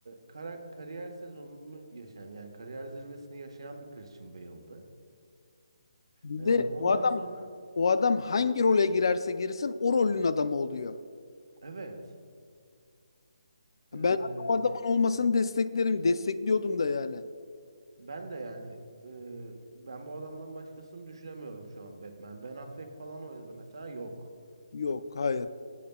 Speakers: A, on the right; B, on the left.
A: kara- kariyer sezonunu yaşayan yani kariyer zirvesini yaşayan bir Christian Bale'dı.
B: Bir
A: E,
B: de
A: ondan
B: o adam
A: sonra
B: o adam hangi role girerse girsin o rolün adamı oluyor.
A: evet e,
B: Ben o adamın olmasını desteklerim, destekliyordum da yani.
A: ben de yani e, ben bu adamdan başkasını düşünemiyorum şu an Batman. Ben Affleck falan oynadı mesela yok.
B: Yok, hayır.